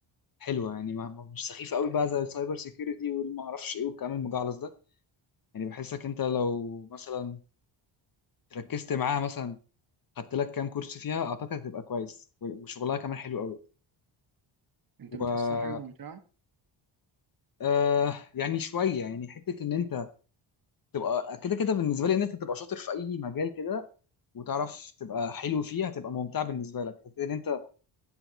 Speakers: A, on the left; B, on the right.
A: حلوه يعني ما... ما- مش سخيفه قوي بقى زي السايبر سيكيورتي والما اعرفش ايه والكلام المجعلص ده يعني بحسك انت لو مثلا ركزت معاها مثلا خدت لك كام كورس فيها اعتقد هتبقى كويس و- وشغلها كمان حلو قوي
B: انت بتحسها
A: و
B: حاجة ممتعة
A: أه يعني شويه يعني حته ان انت تبقى كده كده بالنسبه لي ان انت تبقى شاطر في اي مجال كده وتعرف تبقى حلو فيه هتبقى ممتع بالنسبه لك كده ان انت